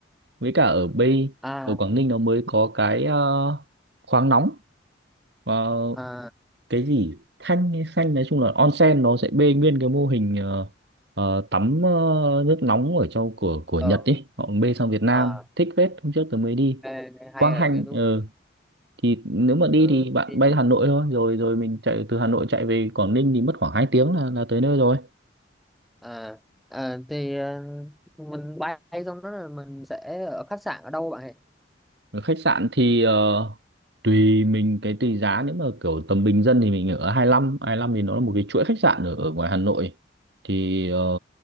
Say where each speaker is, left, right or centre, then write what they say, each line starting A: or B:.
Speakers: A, on the right; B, in the centre.
A: Với cả ở Bay,
B: à
A: ở Quảng Ninh nó mới có cái ờ, khoáng nóng, ờ,
B: à
A: cái gì Khanh hay Khanh nói chung là onsen nó sẽ bê nguyên cái mô hình ờ, ờ, tắm ờ, nước nóng ở trong của của
B: ờ
A: Nhật ấy. Họ bê sang Việt Nam,
B: à
A: thích phết, hôm trước tôi mới đi.
B: hay, hay
A: Quang
B: rồi
A: Hanh
B: nghe đúng
A: ờ, thì nếu mà đi
B: Ờ,
A: thì bạn
B: thì
A: bay Hà Nội thôi rồi rồi mình chạy từ Hà Nội chạy về Quảng Ninh thì mất khoảng 2 tiếng là là tới nơi rồi
B: à, à thì ờ, mình bay xong đó là mình sẽ ở khách sạn ở đâu bạn ấy
A: Ở khách sạn thì ờ, tùy mình cái tùy giá nếu mà kiểu tầm bình dân thì mình ở 25 lăm thì nó là một cái chuỗi khách sạn ở, ở ngoài Hà Nội thì ờ,